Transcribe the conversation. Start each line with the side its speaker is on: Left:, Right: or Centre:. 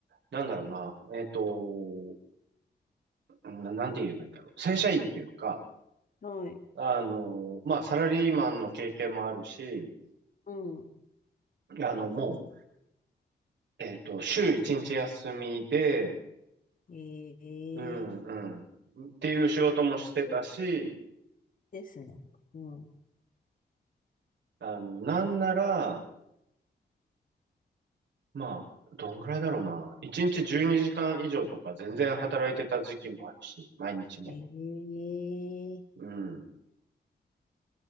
Right: なんだろうな、えっと、な、なんて言えばいいんだろう。正社員というか、
Left: はい。
Right: あの、まあ、サラリーマンの経験もあるし、
Left: うん。
Right: あの、もう、えっと、週一日休みで、
Left: ええ
Right: うん、うん、っていう仕事もしてたし、
Left: そうですね。うん。
Right: あの、なんなら、まあ、どんぐらいだろうな。一日12時間以上とか全然働いてた時期もあるし、毎日ね。
Left: ええ
Right: うん。